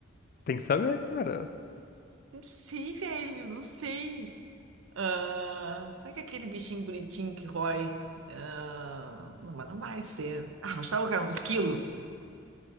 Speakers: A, on the left (about 45°); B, on the right (about 75°).
A: Tem que saber, cara.
B: Não sei, velho, não sei. Ah, como é que é aquele bichinho bonitinho que rói? Ah, não, mas não vai ser. Ah, mas tava, cara, um esquilo.